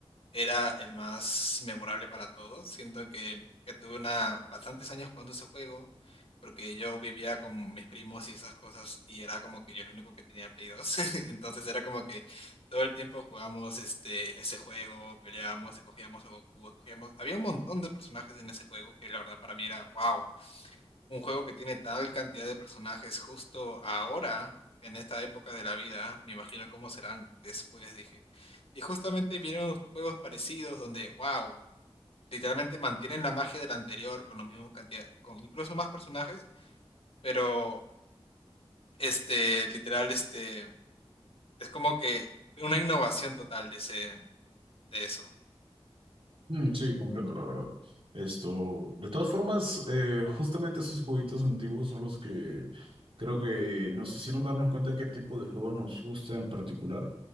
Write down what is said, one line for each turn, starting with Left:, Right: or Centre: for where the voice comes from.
Left: era el más memorable para todos. Siento que, que tuve una, bastantes años jugando ese juego, porque yo vivía con mis primos y esas cosas, y era como que yo el único que tenía Play dos. <laughs> Entonces era como que todo el tiempo jugábamos este, ese juego, peleábamos, escogíamos a Goku, escogíamos... Había un montón de personajes en ese juego que la verdad para mí era wow. Un juego que tiene tal cantidad de personajes justo ahora, en esta época de la vida, me imagino cómo serán después, dije. Y justamente vienen juegos parecidos donde, wow, literalmente mantienen la magia del anterior con la misma cantidad, con incluso más personajes, pero este, literal, este, es como que una innovación total de ese, de eso.
Right: Mm, sí, comprendo la verdad. Esto, de todas formas, eh, justamente esos jueguitos antiguos son los que creo que nos hicieron darnos cuenta de qué tipo de juegos nos gusta en particular.